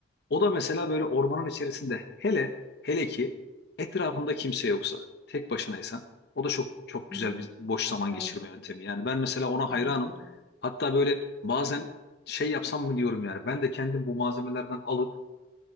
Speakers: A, on the left; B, in the centre.
A: O da mesela böyle ormanın içerisinde hele hele ki etrafında kimse yoksa tek başınaysan o da çok çok
B: hı
A: güzel
B: hı.
A: bir boş zaman
B: Evet,
A: geçirme yöntemi. Yani ben mesela ona
B: evet,
A: hayranım.
B: evet.
A: Hatta böyle bazen şey yapsam mı diyorum yani ben de kendim bu malzemelerden alıp